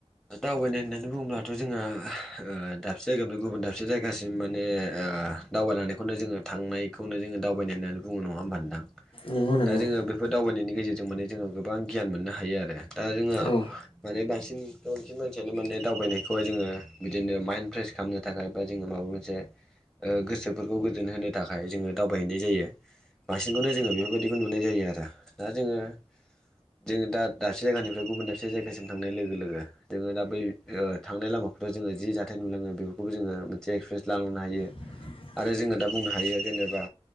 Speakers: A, in the centre; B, on the left.
A: दावबायनाय होननानै बुङोब्लाथ' जोंहा ओ दाबसे जायगानिफ्राय गुबुन दाबसे जायगासिम माने ओ दावबायलांनायखौनो जोङो थांनायखौनो जोङो दावबायनाय होननानै बुङो नङा होनबा नोंथां।
B: नंगौ नंगौ
A: दा जोङो बेफोर दावबायनायनि गेजेरजों माने जोङो गोबां गियान मोननो हायो आरो दा जोङो
B: औ
A: माने बांसिन गोबांसिन मानसियानो माने दावबायनायखौहाय जोङो बिदिनो माइन्द फ्रेस खालामनो थाखाय बा जोङो माबा मोनसे ओ गोसोफोरखौ गोजोन होनो थाखाय जोङो दावबायहैनाय जायो। बांसिनखौनो जोङो बेफोरबायदिखौ नुनाय जायो आरो दा जोङो जोङो दा दाबसे जायगानिफ्राय गुबुन दाबसे जायगासिम थांनाय लोगो लोगो जोङो दा बै ओ थांनाय लामाफ्राव जोङो जि जाथाय नुलाङो बेफोरखौबो जोङो मोनसे एक्सपिरियेन्स लालांनो हायो।
B: <inaudible>
A: आरो जोङो दा बुंनो हायो जेनेबा